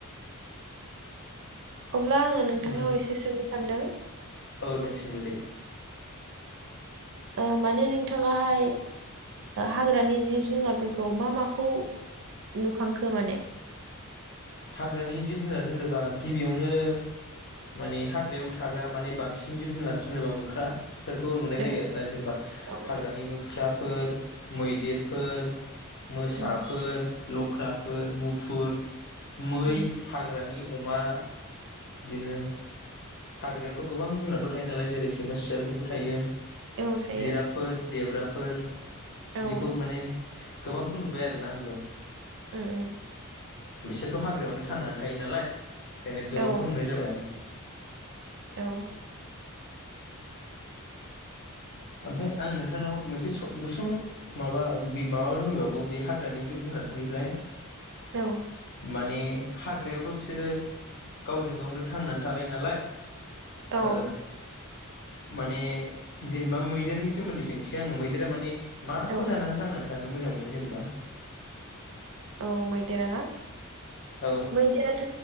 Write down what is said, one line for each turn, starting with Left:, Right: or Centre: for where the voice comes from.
Right: अब्ला आङो नोंथांनाव
Left: उम
Right: एसे सोंनो सानदों।
Left: औ दे सों सोंदो दे।
Right: ओ माने नोंथाङाहाय हाग्रानि जिब-जुनारफोरखौ मा माखौ नुखांखो माने?
Left: हाग्रानि जिब-जुनार होनोबा गिबियावनो माने हाग्रायाव थाग्रा माने बांसिन जिब-जुनार होनोबा मोख्रा। फोरखौ नुनाय
Right: औ
Left: जायो आरोना जेनेबा
Right: औ
Left: हाग्रानि मोख्रा। <unintelligible> सिुथ्राफोर मैदेरफोर मोसाफोर
Right: उम
Left: लख्राफोर, मुफुर मै
Right: उम
Left: हाग्रानि अमा बिदिनो हाग्रायावथ' गोबां जुनारफोर थायो नालाय जेरै सैमा सियालफोरबो थायो।
Right: औ थायो
Left: जिराबफोर जेब्राफोर
Right: औ
Left: बिदिखौ
Right: उम
Left: माने गोबांखौ नुबाय आरोना आंबो।
Right: औ-औ।
Left: बि <unintelligible> बिसोरथ' हाग्रायावनो थांनानै थायो नालाय। खायनो गोबांखौ
Right: औ
Left: नुनाय जाबाय ओं। <inaudible>
Right: औ।
Left: ओमफाय आं नोंथांनाव मोनसे स गुसुं माबा माबा लुबैबावगौ बे हाग्रानि जिब जुनारफोरनिफ्राय
Right: औ
Left: मानि हाग्रायावथ' बिसोरो गावजों गावनो थांनानै थालायो नालाय
Right: औ
Left: ओ माने जेनेबा मैदेरनि सोमोन्दै सोंसै आङो मैदेरा मानि माखौ
Right: औ
Left: जानानै थांनानै थानो मोजां मोनो जेनेबा?
Right: औ मैदेरा ना
Left: औ
Right: मैदराथ'